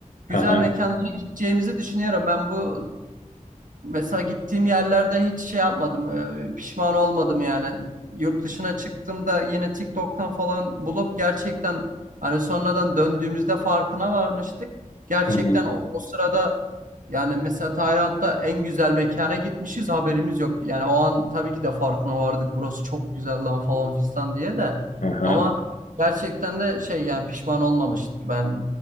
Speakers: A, on the right; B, on the left.
A: Güzel
B: Hı hı.
A: mekanlara gideceğimizi düşünüyorum. Ben bu Mesela gittiğim yerlerde hiç şey yapmadım, e, pişman olmadım yani. Yurt dışına çıktığımda yine TikTok'tan falan bulup gerçekten hani sonradan döndüğümüzde farkına varmıştık. Gerçekten
B: Hı hı.
A: o, o sırada yani mesela Tayland'da en güzel mekana gitmişiz haberimiz yok. Yani o an tabii ki de farkına vardık burası çok güzel lan falan fistan diye de.
B: Hı
A: Ama gerçekten de şey yani pişman olmamıştık. Ben